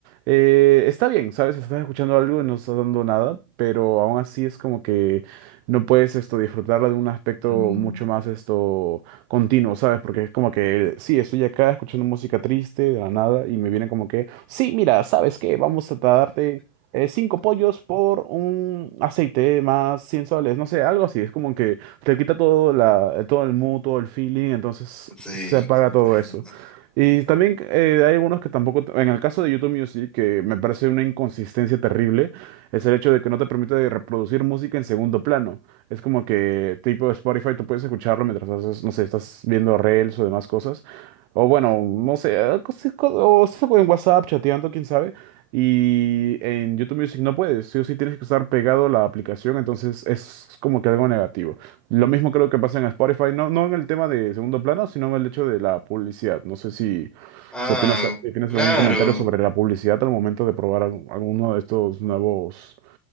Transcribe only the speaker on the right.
eh, está bien, ¿sabes? Si Estás escuchando algo y no estás dando nada, pero aún así es como que no puedes esto disfrutarla de un aspecto
mucho más esto continuo, ¿sabes? Porque es como que sí, estoy acá escuchando música triste de la nada y me viene como que, sí, mira, ¿sabes qué? Vamos a darte eh, cinco pollos por un aceite más 100 soles, no sé, algo así, es como que te quita todo, la, todo el mood, todo el feeling, entonces
se apaga
todo eso. Y también eh, hay algunos que tampoco, en el caso de YouTube Music, que me parece una inconsistencia terrible, es el hecho de que no te permite reproducir música en segundo plano. Es como que tipo Spotify, tú puedes escucharlo mientras haces, no sé, estás viendo reels o demás cosas. O bueno, no sé, eh, cosas- cosas- o estás en WhatsApp chateando, quién sabe. Y en YouTube Music no puedes, sí o sí tienes que estar pegado a la aplicación, entonces es como que algo negativo. Lo mismo creo que pasa en Spotify, no, no en el tema de segundo plano, sino en el hecho de la publicidad. No sé si,
si opinas, si tienes
algún comentario sobre la publicidad al momento de probar al- alguno de estos nuevos